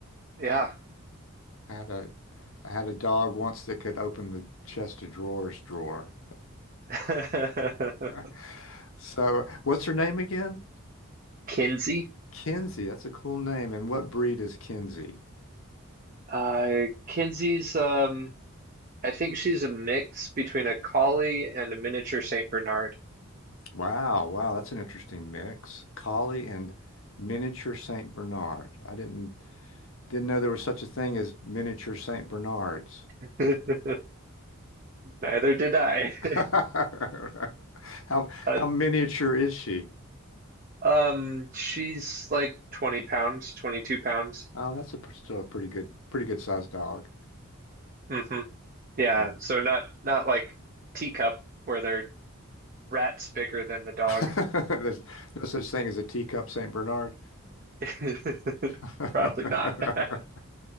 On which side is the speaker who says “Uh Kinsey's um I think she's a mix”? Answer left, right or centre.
Right